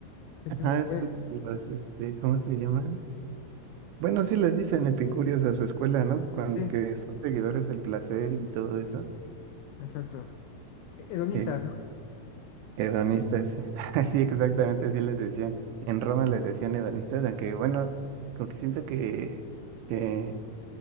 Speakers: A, on the right; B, on the left.
A: ajá,
B: se me fue.
A: es el- los, este, ¿cómo se llaman? Bueno, sí les dicen epicúreos a su escuela, ¿no? Cuando,
B: Sí,
A: que son seguidores del placer y todo eso.
B: exacto. Hedonistas,
A: Eh,
B: ¿no?
A: Hedonistas, <laughs> sí, exactamente así les decían. En Roma les decían hedonistas, aunque bueno, como que siento que eh,